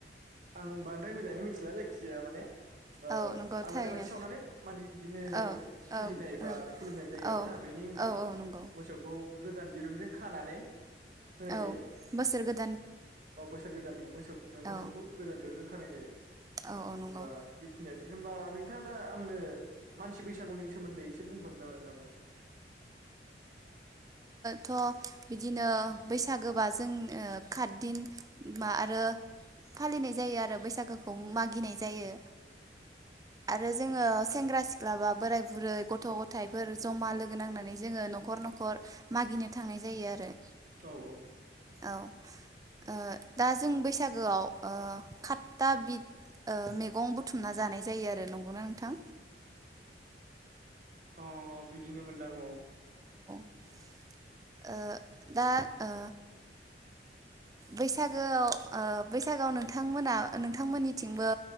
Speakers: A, on the right; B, on the right.
A: आं बांद्राय मोजाङै मिथिला जायखिजाया माने ओ
B: औ नंगौ
A: आलारि
B: थारैनो
A: बाथि सावनानै माने बिदिनो
B: औ
A: फुजिनाय
B: औ
A: बा खुलुमनाय
B: औ
A: जायो आरोना बेनि उनाव
B: औ औ नंगौ
A: मोसौखौ गोदान दिरुंजों खानानै होनाय
B: औ
A: जायो
B: बोसोर गोदान
A: अ बोसोर गोदाननि मोसौ मोसौखौ
B: औ
A: गोदान दिरुंजों खानाय जायो
B: औ नंगौ
A: होमबा बेखिनियानोसै होमबा नोंथाङा दा आंनो मानसि बैसागुनि सोमोन्दै एसे बुंफेरनो हागोन नामा
B: थ' बिदिनो बैसागोबा जों खातदिन मा आरो फालिनाय जायो आरो बैसागोखौ मागिनाय जायो आरो जोङो सेंग्रा सिख्ला बा बोराय बुरै गथ' गथ' गथायफोर जमा लोगो नांनानै जोङो न'खर न'खर मागिनो थांनाय जायो आरो
A: औ औ
B: औ ओ दा जों बैसागोआव खातता बिद मैगं बुथुमना जानाय जायो आरो नंगौना नोंथां
A: अ बिदिनो मोनदां औ
B: ओ दा ओ बैसागोआव ओ‌ बैसागोआव नोंथांमोना नोंथांमोननिथिंबो